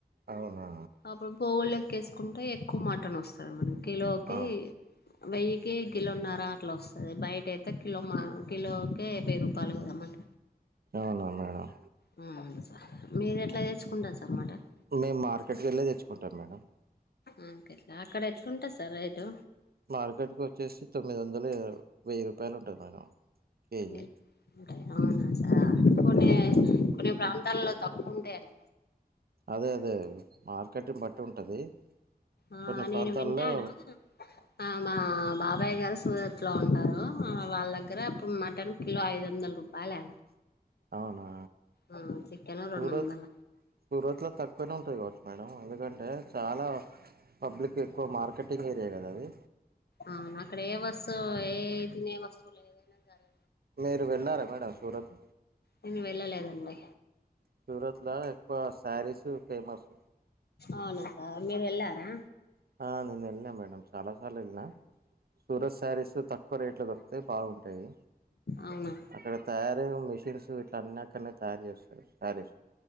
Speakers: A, on the right; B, on the left.
A: అవునా
B: అప్పుడు పోవులెక్క ఏసుకుంటే ఎక్కువ మటన్ వస్ తరు మన కిలోకి
A: ఆ
B: వెయ్యికి కిలోన్నర అట్ల వస్తది బయట అయితే కిలో మా కిలోకకే వెయ్యి రూపాలు కదా మాట
A: అవునా మేడం
B: ఉమ్ సార్. మీరు ఎట్ల తెచ్చుకుంటరు సర్ మటన్?
A: మేం మార్కెట్కి ఎళ్ళే తెచ్చుకుంటాం మేడం.
B: ఆ కే అక్కడ ఎట్లుంటంది సార్ రేటు?
A: మార్కెట్కి వచ్చేసి తొమ్మిది వందలు ఏదో, వెయ్యి రూపాయలు ఉంటది మేడం. కేజీ
B: ఏ ఆ అవునా సార్ కొన్ని
A: ఆ
B: కొన్ని ప్రాంతాల్లో తక్కువ ఉంటయ్ అన్
A: అదే అదే మార్కెట్ని బట్టి ఉంటది.
B: ఆ
A: కొన్ని ప్రాంతాల్లో
B: నేను విన్నాను ఆ మా బాబాయ్ గారు సూరత్ లో ఉంటారు. ఆ వాళ్దగ్గర అప్పు మటన్ కిలో ఐదు వందల్ రూపాయలే,
A: అవునా
B: ఉ చికెన్ రెండు
A: సూరత్
B: వందల
A: సూరత్ లో తక్కువనే ఉంటది కావచ్చు మేడం. ఎందుకంటే చాలా పబ్లిక్ ఎక్కువ మార్కెటింగ్ ఏరియా కదా అది.
B: అవునా అక్కడ ఏ వస్తువు ఏ తినే వస్తువులు ఏదైనా గాని
A: మీరు వెళ్ళారా మేడం సూరత్?
B: నేను వెళ్ళలేదండి.
A: సూరత్‌లా ఎక్కువ శారీస్ ఫేమస్
B: అవునా సార్ మీరెళ్ళారా
A: ఆ నేన్ ఎళ్లిన మేడం చాలా సార్లు ఎళ్లిన సూరత్ సారీస్ తక్కువ రేట్లో దొరుకుతాయి బాగుంటాయి
B: అవునా
A: అక్కడ తయారైన మెషిన్స్ ఇట్ల అన్ని అక్కడనే తయారు చేస్తారు సారీస్